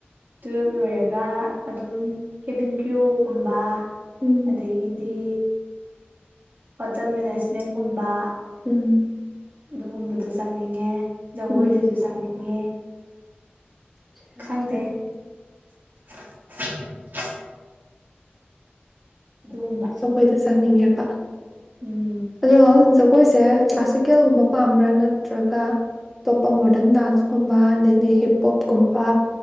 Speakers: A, on the right; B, in the centre.
A: ꯇꯨꯋꯜꯞ ꯂꯣꯏꯔꯒ ꯑꯗꯨꯝ ꯀꯦꯕꯤꯟ ꯀꯌꯣꯒꯨꯝꯕ
B: ꯎꯝ
A: ꯑꯗꯩꯒꯤꯗꯤ ꯍꯣꯇꯦꯜ ꯃꯦꯅꯦꯖꯃꯦꯟꯒꯨꯝꯕ
B: ꯎꯝ
A: ꯑꯗꯨꯒꯨꯝꯕꯗꯣ ꯆꯪꯅꯤꯡꯉꯦ ꯖꯒꯣꯏꯗꯁꯨ
B: ꯎꯝ
A: ꯆꯪꯅꯤꯡꯉꯦ
B: <unintelligible>
A: ꯈꯪꯗꯦ <inaudible> ꯑꯗꯨꯒꯨꯝꯕ
B: ꯁꯈꯣꯏꯗ ꯆꯪꯅꯤꯡꯉꯦ ꯕ
A: ꯎꯝ
B: ꯔꯣ <unintelligible> ꯖꯒꯣꯏꯁꯦ ꯀ꯭ꯂꯥꯁꯤꯀꯦꯜꯒꯨꯝꯕ ꯄꯥꯝꯕ꯭ꯔꯥ ꯅꯠꯇ꯭ꯔꯒ ꯑꯇꯣꯞꯄ ꯃꯣꯗꯔꯟ ꯗꯥꯟꯁꯀꯨꯝꯕ ꯑꯗꯩꯗꯤ ꯍꯤꯞ ꯍꯣꯞꯀꯨꯝꯕ